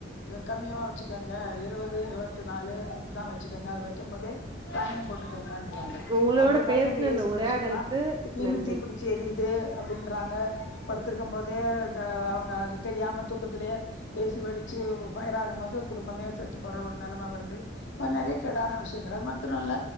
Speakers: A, on the left (about 70°); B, on the right (about 20°).
A: கம்மிய வச்சுக்கங்க இருபது இருவத்தி நாலு அப்படிதா வச்சுக்கங்க அது வைக்க போதே தனியம் போட்டுக்கங்க ப்பிட்டியாங்க
B: உங்களோட
A: அப்பிடின்னாக்க
B: பேசுன
A: இந்த ஏசி
B: உரையாடலுக்கு
A: மிஷின்லா திடிர்ன்னு
B: நன்றி
A: தீப்பிடிச்சி ஏரியுது அப்பிடின்றாங்க படுத்திருக்கு போதே அவங்க அது தெரியாம தூக்கத்திலயே ஏசி வெடிச்சி ஃபயர் ஆகும் போது குடும்பமே செத்து போற ஒரு நிலம வருது ரொம்ப நெறைய கேடான விஷயங்கள் அதுமிர திர்ரல்ல